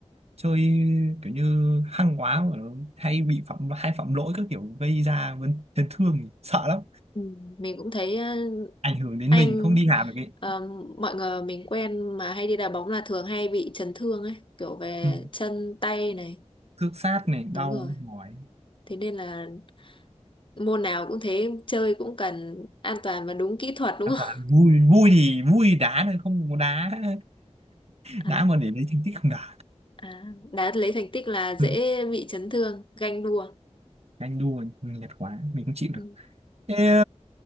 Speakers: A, on the right (about 65°); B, on the left (about 45°).
A: chơi kiểu như hăng quá mà nó hay bị phạm hay phạm lỗi các kiểu gây ra vấn- chấn thương thì sợ lắm
B: ừ, mình cũng thấy ờ,
A: ảnh hưởng đến
B: anh
A: mình không đi làm được ấy
B: ờ, mọi người mình quen mà hay đi đá bóng là thường hay bị chấn thương ấy kiểu về
A: ừ.
B: chân tay này
A: cước sát này đau
B: đúng rồi
A: mỏi
B: thế nên là môn nào cũng thế chơi cũng cần an toàn và đúng kỹ thuật đúng
A: an
B: không
A: toàn vui vui thì vui đá thôi không có đá <laughs>
B: <laughs>
A: đá
B: à.
A: mà để lấy thành tích không đá
B: À, đã lấy thành tích là dễ
A: ừ.
B: bị chấn thương, ganh đua.
A: anh đua nhạt quá mình không chịu
B: Ừ.
A: được Thế,